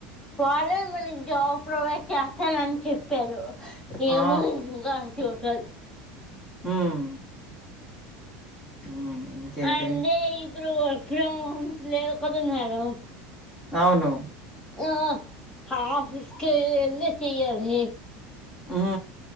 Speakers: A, on the left; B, in the centre.
A: వాళ్ళే మనక్ జాబ్ ప్రొవైడ్ చేస్తానని చెప్పారు. ఏమో
B: ఆ!
A: ఇంకా చూడాలి.
B: హ్మ్. హ్మ్. ఇంకేంటి?
A: అంటే ఇప్పుడు <unintelligible> లేవ్ కదా మేడం.
B: అవును.
A: ఆ ఆఫీస్కెళ్ళి తీయాలి.
B: మ్